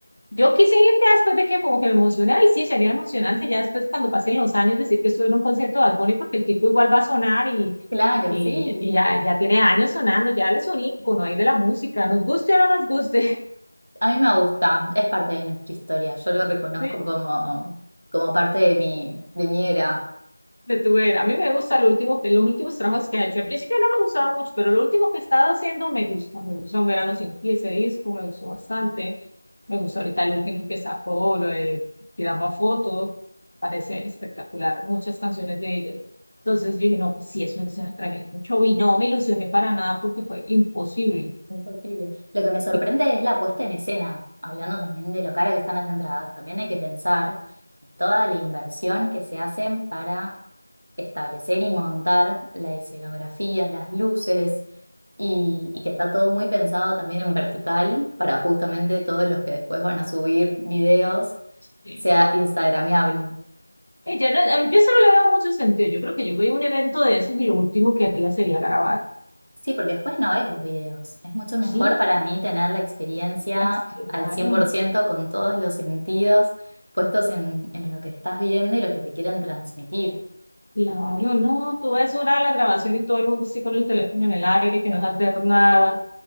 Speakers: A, on the left; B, on the right.
A: yo quise ir ya después de que como que me emocioné, y sí, sería emocionante ya después cuando pasen los años decir que estuve en un concierto de Bad Bunny porque el tipo igual va a sonar y,
B: Claro,
A: y,
B: sí.
A: y ya, ya tiene años sonando, ya él es un ícono ahí de la música, nos guste o no nos guste.
B: A mí me gusta, es parte de nuestra historia. Yo lo reconozco
A: <laughs>
B: como, como parte de mi, de mi era.
A: de tu era. A mí me gusta lo último que, los últimos trabajos que he hecho. Al principio no me gustaba mucho, pero lo último que he estado haciendo me gusta. Me gustó Un Verano Sin Ti, ese disco, me gustó bastante. Me gusta ahorita el último que sacó, lo de Tiramos Fotos. Parece espectacular, muchas canciones de ellos. Entonces dije, no, pues sí, eso es un tremendo show. Y no me ilusioné para nada porque fue imposible.
B: Imposible. Lo que me sorprende
A: Y
B: es la puesta en escena, hablando también de lo cara que están las entradas. También hay que pensar en toda la inversión que se hacen para establecer y montar la escenografía, las luces, y, y que está todo muy pensado también en vertical para justamente todos los que después van a subir videos
A: Sí,
B: sea instagramiable.
A: Ella no, a mí- yo solo le veo mucho sentido. Yo creo que yo voy a un evento de esos y lo último que haría sería grabar.
B: Sí, porque después no ves los videos. Es mucho mejor
A: Sí,
B: para mí tener la experiencia
A: es- claro,
B: al cien por ciento con todos los sentidos puestos en, en lo que estás viendo y lo que te quieren transmitir.
A: claro, no. Tú ves una hora de la grabación y todo el mundo así con el teléfono en el aire, que no sabe hacer nada.